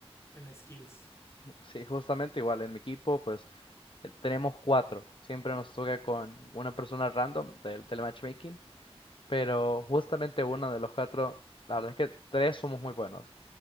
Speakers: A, on the left; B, on the left.
A: en las skills.
B: Sí, justamente igual. En mi equipo, pues eh, tenemos cuatro. Siempre nos toca con una persona random del, telematchmaking, Pero justamente uno de los cuatro, la verdad es que tres somos muy buenos.